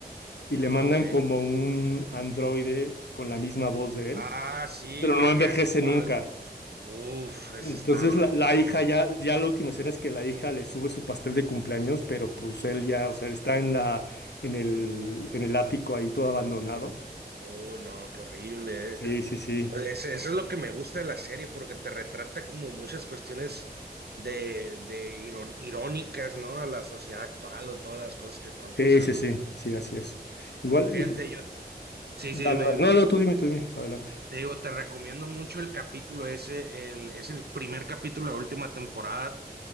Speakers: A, on the left; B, on the right.
A: y
B: ah,
A: le mandan
B: ok.
A: como un androide con la misma voz de él,
B: Ah, sí,
A: pero
B: creo
A: no envejece
B: que ya sé cuál.
A: nunca.
B: Uf, ese
A: Entonces
B: está brutal.
A: la, la hija ya, ya la última escena es que la hija le sube su pastel de cumpleaños, pero pues él ya, o sea, está en la, en el, en el ático ahí todo abandonado.
B: Uy, no, qué horrible,
A: Sí,
B: eh.
A: sí, sí.
B: Pues ese- eso es lo que me gusta de la serie, porque te retrata como muchas cuestiones de, de irón- irónicas, ¿no? A la sociedad actual o todas las cosas que están
A: Sí,
B: pasando.
A: sí, sí, sí, así es. Igual,
B: Fíjate,
A: y, pues,
B: yo, te- sí,
A: dale,
B: sí, dime,
A: dale.
B: dime.
A: No, no, tú dime, tú dime, adelante.
B: Te digo, te recomiendo mucho el capítulo ese, el, es el primer capítulo de la última temporada,